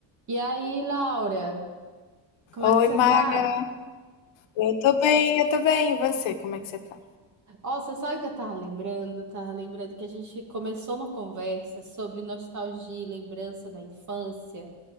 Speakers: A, on the right (about 40°); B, on the left (about 80°).
A: E aí, Laura, como é
B: Oi,
A: que você
B: Mara.
A: tá?
B: Eu tô bem, eu tô bem. E você, como é que você tá?
A: Ó, você sabe que eu tava lembrando? Tava lembrando que a gente começou uma conversa sobre nostalgia e lembrança da infância.